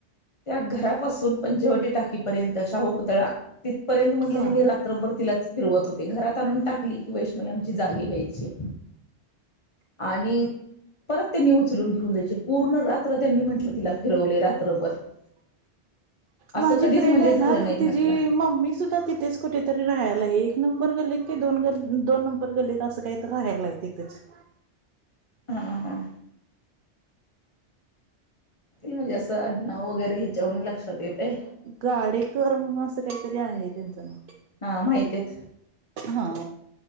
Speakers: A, on the left (about 30°); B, on the right (about 55°).
A: त्या घरापासून पंचवटी टाकीपर्यंत शाहू पुुतळा तिथपर्यंत म्हटलं
B: हा
A: हे मी रात्रभर तिलाच फिरवत होते घरात आणून टाकली की वैष्णववी आमची जागी व्यायची आणि परत त्यांनी उचलून घेऊन जायचे पूर्ण रात्र त्यांनी म्हंटलं तिला फिरवले रात्रभर <unintelligible>
B: माझी
A: कधीच
B: फ्रेंड
A: म्हणजे
B: आहे
A: झालं
B: ना
A: नाही
B: तिचीी
A: म्हंटलं
B: मम्मी सुद्धा तिथेच कुठेतरी राहायला आहे एक नंबर गलीत की दोन ग दोन नंबर गलीत असं काही तर राहायला आहे तिथेच.
A: हा हा. म्हणजे असं अड्ं वगैरे ह्याच्यावन लक्षात येतय
B: गाडेकर म्हणून असं काहीतरी आहे त्यांचं नाव.
A: माहितीत.
B: हा.